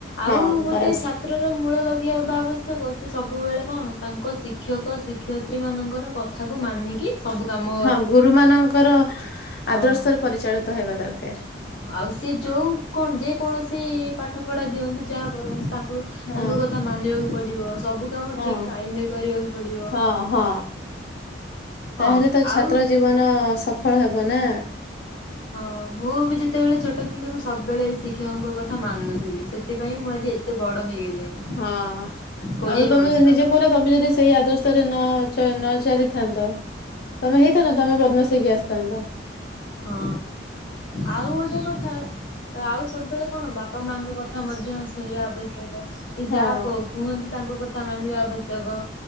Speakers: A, on the left (about 80°); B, on the left (about 55°).
A: ଆଉ
B: ହଁ
A: ଗୋଟେ
B: ବାସ୍
A: ଛା। ଛାତ୍ର ର ମୂଳ ଲକ୍ଷ୍ୟ ବା ଆବଶ୍ୟକ ସେ ସବୁବେଳେ କଣ ତାଙ୍କ ଶିକ୍ଷକ ଶିକ୍ଷୟତ୍ରୀ ମାନଙ୍କର କଥା। କଥାକୁ ମାନି କି। ସବୁ କାମ।
B: ହଁ ଗୁରୁ ମାନଙ୍କର
A: ହଁ।
B: ଆଦର୍ଶରେ ପରିଚାଳିତ ହେବା ଦରକାର।
A: ଆଉ ସେ ଯୋଉ କଣ ଯେ କୌଣସି ପାଠ ପଢା ଦିଅନ୍ତୁ ଯାହା କରନ୍ତୁ ତାଙ୍କୁ।
B: ହଁ
A: ତାଙ୍କ କଥା ମାନିବାକୁ ପଡିବ ସବୁ କାମ
B: ହଁ
A: ଠିକ ଟାଇମ ରେ କରିବାକୁ ପଡିବ।
B: ହଁ ହଁ
A: ହଁ
B: ତାହେଲେ ତ ଛାତ୍ର
A: ଆଉ
B: ଜୀବନ ସଫଳ ହବ ନା।
A: ହଁ ମୁଁ ବି ଯେତେବେଳେ ଛୋଟ ଥିଲି ମୁଁ ସବୁବେଳେ ଶିକ୍ଷକଙ୍କ କଥା ମାନୁଥିଲି ସେଥିପାଇଁ ମୁଁ ଆଜି ଏ ଏତେ ବଡ଼ ହେଇଗଲିଣି।
B: ହଁ
A: କୋଡିଏ
B: ଆଉ ତମେ
A: ବର୍ଷର
B: ନିଜେ କହୁନା। ତମେ ଯଦି ସେଇ ଆଦର୍ଶରେ ନ ଚ ନ ଚାଲିଥାନ୍ତ। ତମେ ହେଇଥାନ୍ତ ତମେ ବଦମାସ୍ ହେଇ କି ଆସିଥାନ୍ତ।
A: ହଁ ଆଉ ଗୋଟେ କଥା। ତ ଆଉ ସବୁବେଳେ କଣ ବାପା ମାଙ୍କ କଥା ମଧ୍ୟ ଶୁଣିବା ଆବଶ୍ୟକ। ସେ
B: ହଁ
A: ଯାହା କଉ କୁହନ୍ତୁ ତାଙ୍କ କଥା ମାନିବା ଆବଶ୍ୟକ